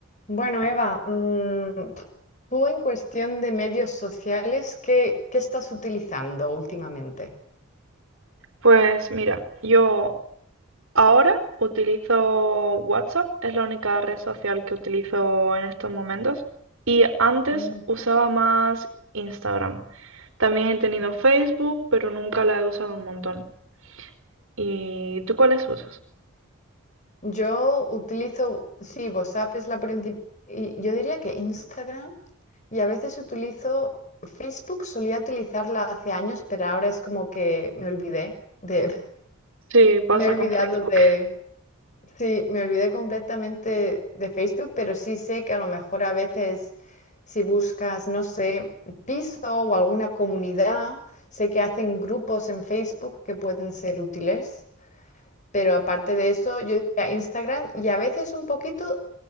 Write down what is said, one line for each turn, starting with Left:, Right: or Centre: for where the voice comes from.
Left: Bueno, Eva, mm, tú en cuestión de medios sociales, ¿qué, qué estás utilizando últimamente?
Right: Pues mira, yo ahora utilizo WhatsApp, es la única red social que utilizo en estos momentos. Y antes
Left: Mm,
Right: usaba más Instagram. También he tenido
Left: mm.
Right: Facebook, pero nunca la he usado un montón. ¿Y tú cuáles usas?
Left: Yo utilizo, sí, WhatsApp es la principal, y yo diría que Instagram, y a veces utilizo Facebook, solía utilizarla hace años, pero ahora es como que me olvidé de, <laughs>
Right: Sí, pasa
Left: me he olvidado
Right: con Facebook.
Left: de Sí, me olvidé completamente de Facebook, pero sí sé que a lo mejor a veces si buscas, no sé, piso o alguna comunidad, sé que hacen grupos en Facebook que pueden ser útiles, pero aparte de eso, yo diría Instagram y a veces un poquito